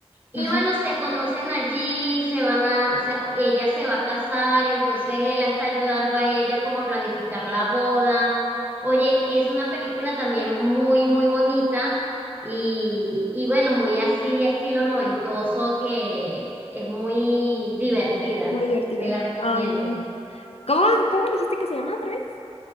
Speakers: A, on the right; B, on the left.
A: Y
B: ajá,
A: bueno, se conocen allí, se van a, o sea, ella se va a casar, y entonces él la está ayudando a ella como a planificar la boda. Oye, es una película también muy, muy bonita y, y bueno, muy así, estilo noventoso, que es muy divertida.
B: muy divertida.
A: Te la recomiendo.
B: Ah, ¿cómo, cómo dijiste que se llama otra vez?